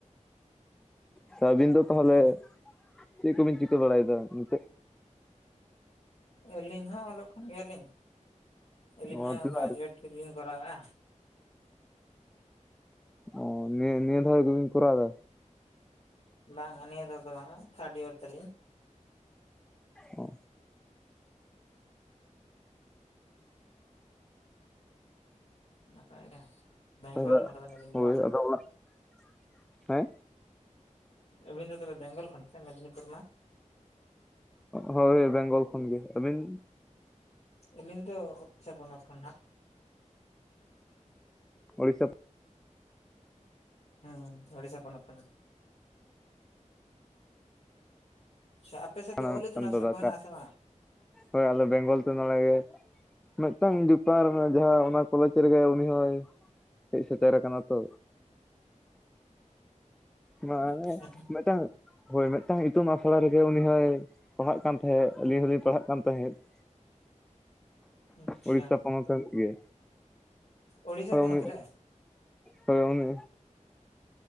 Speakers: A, in the centre; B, on the left (about 55°).
A: ᱥᱮ ᱟᱹᱵᱤᱱ ᱫᱚ
B: ᱦᱩᱸ
A: ᱛᱟᱦᱚᱞᱮ
B: ᱦᱩᱸ
A: ᱪᱮᱫ ᱠᱚᱵᱤᱱ ᱪᱤᱠᱟᱹ ᱵᱟᱲᱟᱭᱮᱫᱟ ᱱᱤᱛᱚᱜ?
B: ᱟᱹᱞᱤᱧ ᱦᱚᱸ ᱚᱞᱚᱜ ᱠᱟᱱ ᱜᱮᱭᱟᱞᱤᱧ, ᱟᱹᱞᱤᱧ
A: ᱱᱚᱣᱟ
B: ᱦᱚᱸ
A: ᱛᱤᱱᱟᱹᱜ
B: ᱜᱨᱮᱡᱩᱭᱮᱴ ᱜᱮᱞᱤᱧ ᱠᱚᱨᱟᱣᱮᱫᱼᱟ᱾
A: ᱚ ᱱᱤᱭᱟᱹ ᱱᱤᱭᱟᱹ ᱫᱷᱟᱣ ᱜᱮᱵᱤᱱ ᱠᱚᱨᱟᱣ ᱮᱫᱟ?
B: ᱵᱟᱝᱟ ᱱᱤᱭᱟᱹ ᱫᱷᱟ ᱫᱚ ᱵᱟᱝᱟ ᱛᱷᱟᱨᱰ ᱤᱭᱟᱨ ᱛᱟᱞᱤᱧ᱾
A: ᱚ᱾
B: ᱱᱟᱯᱟᱭ ᱜᱮ ᱵᱮᱝᱜᱚᱞ
A: ᱮᱫᱟ
B: <inaudible> ᱟᱵᱤᱱ ᱫᱚ ᱵᱟᱝ?
A: <inaudible> ᱦᱮᱸ
B: ᱮᱵᱤᱱ ᱫᱚ ᱛᱚᱵᱮ ᱵᱮᱝᱜᱚᱞ ᱠᱷᱚᱱ ᱥᱮ ᱢᱮᱫᱽᱱᱤᱯᱩᱨ ᱚᱱᱟ?
A: ᱦᱳᱭ ᱵᱮᱝᱜᱚᱞ ᱠᱷᱚᱱᱜᱮ ᱟᱹᱵᱤᱱ?
B: ᱟᱹᱞᱤᱧ ᱫᱚ <inaudible> ᱯᱚᱱᱚᱛ ᱠᱷᱚᱱ ᱦᱟᱸᱜ᱾
A: ᱩᱲᱤᱥᱟ
B: ᱦᱮᱸ ᱩᱲᱤᱥᱟ ᱯᱚᱱᱚᱛ ᱠᱟᱱᱟ ᱾ ᱟᱪᱷᱟ ᱟᱯᱮ ᱥᱮᱫ
A: ᱨᱮᱱᱟᱜ
B: ᱫᱚ ᱚᱞ
A: ᱢᱤᱫᱴᱟᱝ
B: ᱤᱛᱩᱱ ᱟᱥᱲᱟ
A: ᱫᱟᱫᱟ
B: ᱠᱚ ᱢᱮᱱᱟᱜ-ᱟ
A: ᱴᱟᱜ
B: ᱥᱮ ᱵᱟᱝᱟ?
A: ᱦᱳᱭ ᱟᱞᱮ ᱵᱮᱝᱜᱚᱞ ᱛᱮ ᱱᱚᱰᱮᱜᱮ ᱹᱹᱹ ᱢᱤᱫᱴᱟᱝ ᱵᱮᱯᱟᱨ ᱡᱟᱦᱟᱸ ᱚᱱᱟ ᱠᱚᱞᱮᱡᱽ ᱨᱮᱜᱮ ᱩᱱᱤ ᱦᱚᱭ ᱦᱮᱡ ᱥᱮᱴᱮᱨ ᱟᱠᱟᱱᱟ ᱛᱚ ᱚᱱᱟ
B: ᱟᱪᱪᱷᱟ
A: ᱢᱤᱫᱴᱟᱝ ᱦᱳᱭ ᱢᱤᱫᱴᱟᱝ ᱤᱛᱩᱱ ᱟᱥᱲᱟ ᱨᱮᱜᱮ ᱩᱱᱤ ᱦᱚᱭ ᱯᱟᱲᱦᱟᱜ ᱠᱟᱱ ᱛᱟᱦᱮᱸᱫ ᱟᱹᱞᱤᱧ ᱦᱚᱞᱤᱧ ᱯᱟᱲᱦᱟᱜ ᱠᱟᱱ ᱛᱟᱦᱮᱸᱫ ᱾
B: ᱟᱪᱪᱷᱟ
A: ᱩᱲᱤᱥᱥᱟ ᱯᱚᱱᱚᱛ ᱨᱮᱱᱤᱡ ᱜᱮ
B: ᱳᱲᱤᱥᱥᱟ
A: ᱦᱳᱭ
B: ᱯᱚᱱᱚᱛ
A: ᱩᱱᱤ,
B: ᱨᱮ
A: ᱦᱳᱭ ᱩᱱᱤ᱾